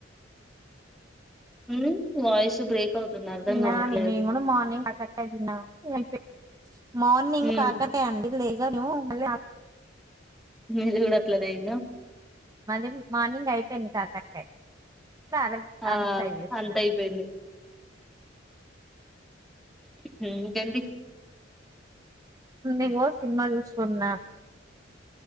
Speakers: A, in the centre; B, on the right.
A: ఉ వయిస్ బ్రేక్ అవుతుంది అర్ధం
B: తిన
A: కావట్లేదు
B: అండి నేను కూడా మార్నింగ్ కాకట్టే తిన అయి మార్నింగ్
A: ఉమ్
B: కాకటే అండి లేగా మీ మ
A: జవుడుల ననా
B: మది మార్నింగ్ అయిపోయింది కాకరకా అల
A: ఆ
B: అల ఫైచ్చ
A: అంత అయిపోయింది హ కడి
B: అకో సినిమా చూస్న్